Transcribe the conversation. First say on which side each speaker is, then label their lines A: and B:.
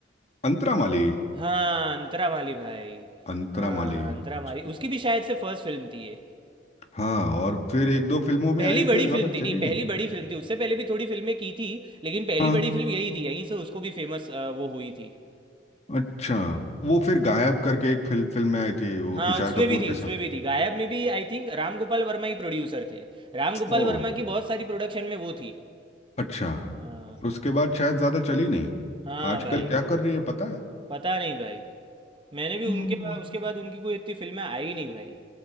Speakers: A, on the left; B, on the right.
A: अंतरा माली
B: हाँ, अंतरामाली भाई।
A: अंतरा
B: हाँ,
A: माली
B: अंतरामाली
A: उस-
B: उसकी भी शायद से फर्स्ट फ़िल्म थी ये।
A: हाँ और फिर एक दो फिल्मों में
B: पहली
A: आई
B: बड़ी
A: फिर ज़्यादा
B: फ़िल्म थी
A: चली
B: नहीं पहली
A: नहीं
B: बड़ी फ़िल्म थी। उससे पहले भी थोड़ी फ़िल्में की थी, लेकिन पहली
A: हाँ
B: बड़ी फ़िल्म यही थी। यहीं से उसको भी फ़ेमस अ, वो हुई थी।
A: अच्छा वो फिर गायब करके एक फिल्म फिल्म में आई थी वो
B: हाँ,
A: तुषार
B: उसमें
A: कपूर
B: भी थी
A: के
B: उसमें
A: साथ
B: भी थी। गायब में भी आई थिंक राम गोपाल वर्मा ही प्रोड्यूसर थे। राम गोपाल
A: ओ
B: वर्मा की बहुत सारी प्रोडक्शन में वो थी।
A: अच्छा
B: हाँ,
A: और उसके बाद शायद ज़्यादा चली नहीं
B: हाँ
A: आजकल
B: भाई
A: क्या
B: वो
A: कर रही है पता है
B: पता नहीं भाई। मैंने भी
A: हम्म
B: उनके बाद उसके बाद उनकी कोई इतनी फ़िल्में आई नहीं भाई।